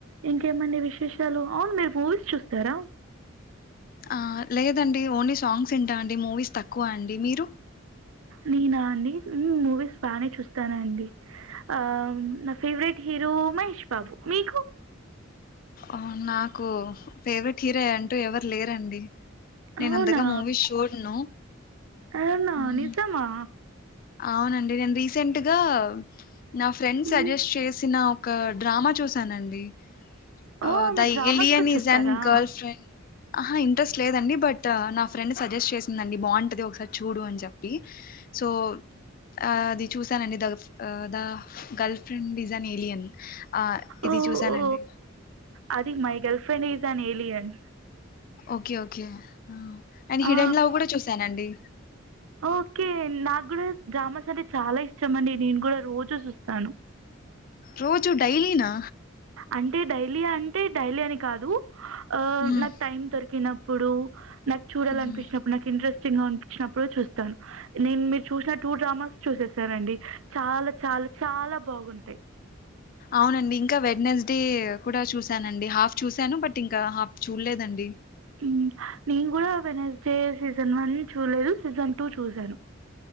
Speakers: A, on the right; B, on the left.
A: ఇంకేమండి విశేషాలు అవును మీరు మూవీస్ చూస్తారా
B: ఆ లేదండి ఓన్లీ సాంగ్స్ యింటా అండి మూవీస్ తక్కువ అండి మీరు
A: నేనా అండి మూవీస్ బానే చూస్తానండి ఆ నా ఫేవరెట్ హీరో మహేష్ బాబు మీకు
B: అవునా కు ఫేవరెట్ కిరాయి అంటూ ఎవరు లేరండి నేను
A: అవునా
B: అంతగా మూవీస్ చూడను
A: అవున
B: మ్,
A: నిజమా
B: అవునండి నేను రీసెంట్గా నా ఫ్రెండ్ సజెస్ట్
A: మ్మ్
B: చేసిన ఒక డ్రామా చూసానండి
A: ఓ
B: అహ్
A: మీరు
B: ద
A: డ్రామాస్
B: ఏలియన్
A: కూడా
B: ఇస్
A: చూస్తారా
B: అన్ గర్ల్ ఫ్రెండ్ ఆహా ఇంట్రెస్ట్ లేదండి బట్ నా ఫ్రెండ్ సజెస్ట్ చేసిందండి బాగుంటది ఒకసారి చూడు అని చెప్పి సో ఆ అది చూసానండి the the girl friend is an alien అహ్ ఇది
A: ఓ
B: చూసానండి
A: ఓ అది my girl friend is an alien
B: okay okay and హిడెన్
A: ఆ
B: లవ్ కూడ చూసానండి
A: ఓకే నాకు కూడా డ్రామాస్ అంటే చాలా ఇష్టం అండి నేను కూడ రోజు జుస్తాను
B: రోజు డైలీనా
A: అంటే డైలియా అంటే డైలి అని కాదు అ
B: మ్మ్,
A: నా టైమ్ దొరి కినప్పుడు నాకు చూడాలనిపిచినప్పుడు
B: మ్మ్.
A: నాకు ఇంట్రెస్ట్ ఇష్టంగా అనిపించినప్పుడు చూస్తాను నేన్ మీరు చూసిన టూ డ్రామాస్ చూసేస్ సరేండి చాలా చాలా చాలా బాగుంటాయి.
B: అవునండి ఇంకా వెడ్నెస్ డే కూడా చూసానండి. హాఫ్ చూశాను బట్ ఇంకా హాఫ్ చూడలేదండి.
A: ఉమ్ నేను కూడా వెన్సడే సీజన్ వన్ చూడలేదు. సీజన్ టూ చూశాను